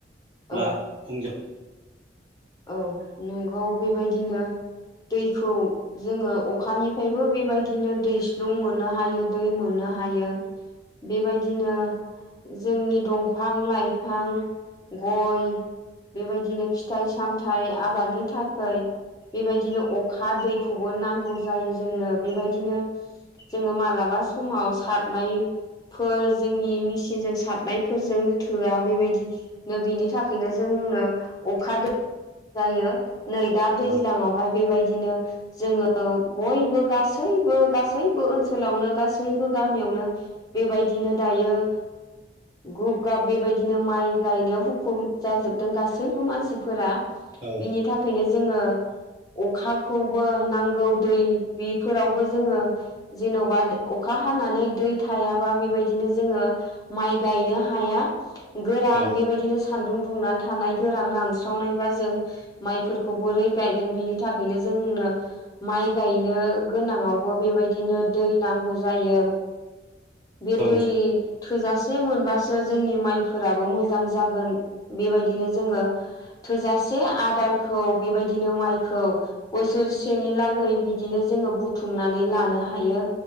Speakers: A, on the right; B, on the left.
A: अब्ला
B: औ
A: फुंजा
B: औ नंगौ बेबायदिनो दैखौ जोङो अखानिफ्रायबो बेबायदिनो दैस्लुं मोननो हायो दै मोननो हायो बेबायदिनो जोंनि दंफां-लाइफां, गय, बेबायदिनो फिथाइ साम थाय आबादनि थाखाय बेबायदिनो अखा दैखौबो नांगौ जायो जोंनो बेबायदिनो जोङो मालाबा समाव सारनायफोर जोंनि मेचिनजों सारनायफोरजों थोआ बेबायदिनो बिनि थाखायनो जोंनो अखा दै जायो। नै दा दैज्लांआवहाय
A: औ
B: बेबायदिनो जोङो बयबो गासैबो गासैबो ओनसोलावनो गासैबो गामियावनो बेबायदिनो दायो गुब गाब बेबायदिनो माइ गायनायाव हुखुम जाजोबदों गासैबो मानसिफोरा
A: औ
B: बिनि थाखायनो जोङो अखाखौबो नांगौ दै बेफोरावबो जोङो जेन'बा अखा हानानै दै थायाबा बेबायदिनो जोङो माइ गायनो हाया गोरान
A: औ
B: बेबायदिनो सा सानदुं दुंनानै थानाय गोरान रानस्रावनायबा जों माइफोरखौ बोरै गायगोन बिनि थाखायनो जोंनो माइ गाय नों गोनाङावबो बेबायदि बिदिनो दै नांगौ जायो बे
A: औ
B: दै थोजास से मोनबासो जोंनि माइफोराबो मोजां जागोन बेबायद बिदिनो जोङो थोजासे आदारखौ बेबायदिनो माइखौ बोसोरसेनि लागै बिदिनो जोङो बुथुमनानै लानो हायो